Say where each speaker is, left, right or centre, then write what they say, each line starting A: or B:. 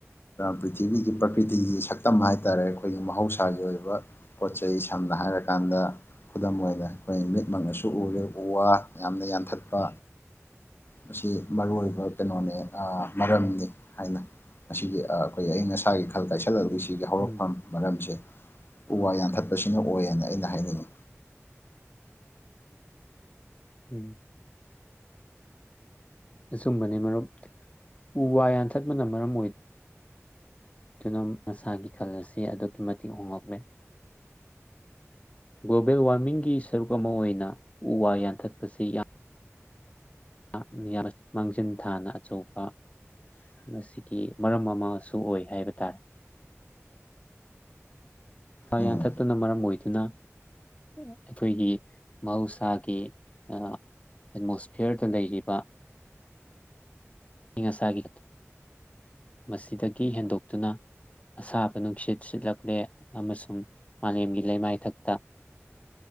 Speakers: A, on the left; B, on the left.
A: ꯄ꯭ꯔꯤꯊꯤꯕꯤꯒꯤ ꯄ꯭ꯔꯀꯤꯇꯤꯒꯤ ꯁꯛꯇꯝ ꯍꯥꯏꯇꯥꯥꯔꯦ ꯑꯩꯈꯣꯏꯒꯤ ꯃꯍꯧꯁꯥꯒꯤ ꯑꯣꯏꯕ ꯄꯣꯠ ꯆꯩꯩ ꯁꯝꯅ ꯍꯥꯏꯔꯀꯥꯟꯗ ꯈꯨꯗꯝ ꯑꯣꯏꯔꯦ ꯑꯩꯈꯣꯏ ꯃꯤꯠꯃꯛꯅꯁꯨ ꯎꯔꯦ ꯎ ꯋꯥ ꯌꯥꯝꯅ ꯌꯥꯟꯊꯠꯄ ꯃꯁꯤ ꯃꯔꯨ ꯑꯣꯏꯕ ꯀꯩꯅꯣꯅꯦ ꯃꯔꯝꯅꯤ ꯍꯥꯏꯅ ꯃꯁꯤꯒꯤ ꯑ ꯑꯩꯈꯣꯏ ꯑꯏꯤꯡ ꯑꯁꯥꯒꯤ ꯈꯜ ꯀꯥꯏꯁꯜꯂꯛꯂꯤ ꯁꯤꯒꯤ ꯍꯧꯔꯛꯐꯝ
B: ꯎꯝ
A: ꯃꯔꯝꯁꯦ ꯎ ꯋꯥ ꯌꯥꯟꯊꯠꯄꯁꯤꯅ ꯑꯣꯏꯌꯦꯅ ꯑꯩꯅ ꯍꯥꯏꯅꯤꯡꯉꯤ
B: ꯎꯝ <unintelligible> ꯑꯁꯨꯝꯕꯅꯦ ꯃꯔꯨꯞ ꯎ ꯋꯥ ꯌꯥꯟꯊꯠꯄꯅ ꯃꯔꯝ ꯑꯣꯏ <unintelligible> ꯑꯗꯨꯅ ꯃꯁꯥꯒꯤ ꯈꯜ ꯑꯁꯤ ꯑꯗꯨꯛꯀꯤ ꯃꯇꯤꯛ ꯍꯣꯡꯂꯛꯂꯦ ꯒꯂꯣꯕꯦꯜ ꯋꯥꯔꯃꯤꯡꯒꯤ ꯁꯔꯨꯛ ꯑꯃ ꯑꯣꯏꯅ ꯎ ꯋꯥ ꯌꯥꯟꯊꯠꯄꯁꯤ ꯌꯥꯝ <unintelligible> ꯃꯥꯡꯖꯤꯟ ꯊꯥꯅ ꯑꯆꯧꯕ ꯃꯁꯤꯒꯤ ꯃꯔꯝ ꯑꯃꯁꯨ ꯑꯣꯏ ꯍꯥꯏꯕ ꯇꯥꯔꯦ
A: ꯎꯝ
B: ꯌꯥꯟꯊꯠꯇꯨꯅ ꯃꯔꯝ ꯑꯣꯏꯗꯨꯅ <unintelligible> ꯑꯩꯈꯣꯏꯒꯤ ꯃꯍꯧꯁꯥꯒꯤ ꯑ ꯑꯦꯠꯃꯣꯁꯐꯤꯌꯔꯗ ꯂꯩꯔꯤꯕ ꯑꯏꯤꯡ ꯑꯁꯥꯒꯤ <unintelligible> ꯃꯁꯤꯗꯒꯤ ꯍꯦꯟꯗꯣꯛꯇꯨꯅ ꯑꯁꯥꯕ ꯅꯨꯡꯁꯤꯠ ꯁꯤꯠꯂꯛꯂꯦ ꯑꯃꯁꯨꯡ ꯃꯥꯂꯦꯝꯒꯤ ꯂꯩꯃꯥꯏꯊꯛꯇ